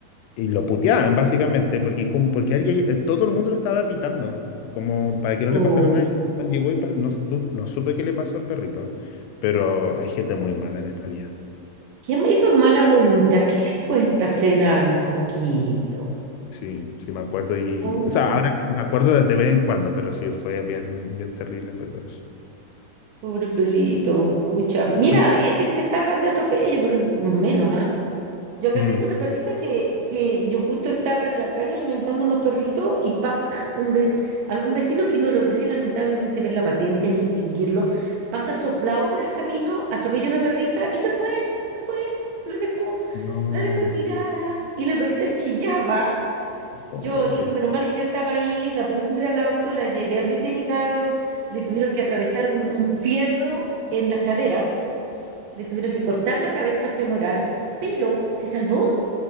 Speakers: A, on the left (about 85°); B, on the right (about 85°).
A: y lo puteaban básicamente, porque, como, porque Ari- eh, todo el mundo lo estaba evitando, como para que no
B: oh
A: le pasara nada. Y Juan llegó y pa- no, su- no supe qué le pasó al perrito, pero hay gente muy mala en esta vía.
B: ¿Qué me hizo mala voluntad? ¿Qué le cuesta frenar un poquito?
A: Sí, sí, me acuerdo y...
B: Oh,
A: O sea, ahora me acuerdo de, de vez en cuando, pero sí, fue bien, bien terrible en verdad eso.
B: pobre perrito. Pucha. Mira,
A: Oye,
B: a veces se salvan de atropello, pero los menos, ¿ah? Yo acá
A: mm,
B: tengo una perrita que, que yo justo estaba en la calle alimentando unos perritos y pasa un ve- algún vecino que no logré lamentablemente ver la patente ni distinguirlo, pasa soplado por el camino, atropella una perrita y se fue, se fue, la dejó,
A: no,
B: la dejó tirada y la perrita chillaba.
A: oy,
B: Yo digo, menos mal que yo estaba ahí, la pude subir al auto, la llevé al veterinario, le tuvieron que atravesar un, un fierro en las caderas, le tuvieron que cortar la cabeza femoral, pero se salvó